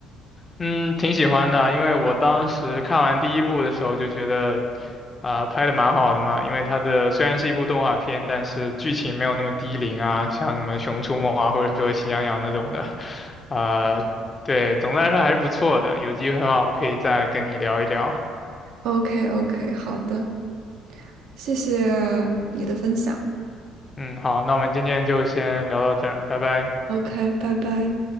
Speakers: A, on the left; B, on the right.
A: 嗯，挺喜欢的啊，因为我当时看完第一部的时候就觉得，啊、拍的蛮好的嘛。因为它的虽然是一部动画片，但是剧情没有那么低龄啊，像什么《熊出没》啊，或者说《喜羊羊》那种的，啊、对，总的来说还是不错的。有机会的话，我可以再跟你聊一聊。
B: ？OK OK，好的。谢谢你的分享。
A: 嗯，好，那我们今天就先聊到这儿，拜拜。
B: OK，拜拜。